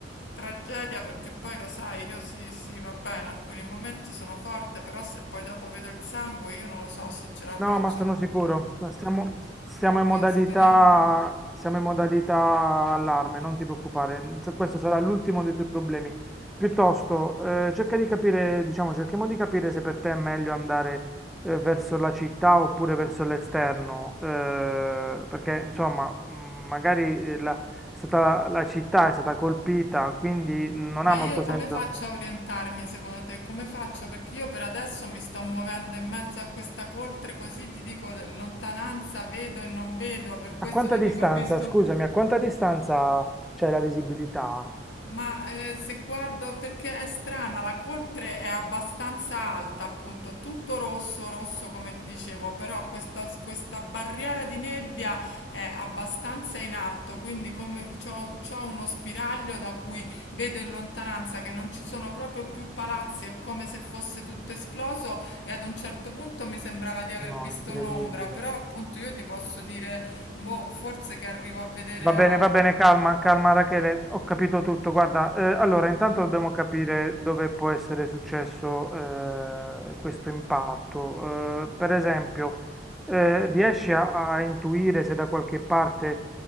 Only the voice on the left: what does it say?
tragedia, perché poi lo sai, io sì, sì, va bene, in alcuni momenti sono forte, però se poi dopo vedo il sangue, io non lo so se ce la
faccio.
Oddio,
speriamo.
Ma
io
come
faccio a orientarmi secondo te? Come faccio? Perché io per adesso mi sto muovendo in mezzo a questa coltre, così ti dico lontananza, vedo e non vedo, per questo
ti
dico, ho visto
Ma eh, se guardo, perché è strana, la coltre è abbastanza alta, appunto, tutto rosso, rosso come ti dicevo, però questa, questa barriera di nebbia è abbastanza in alto, quindi come c'ho, c'ho uno spiraglio da cui vedo in lontananza che non ci sono proprio più palazzi, è come se fosse tutto esploso e ad un certo punto mi sembrava di aver
visto
un'ombra, però appunto io ti posso dire, boh, forse che arrivo a vedere
a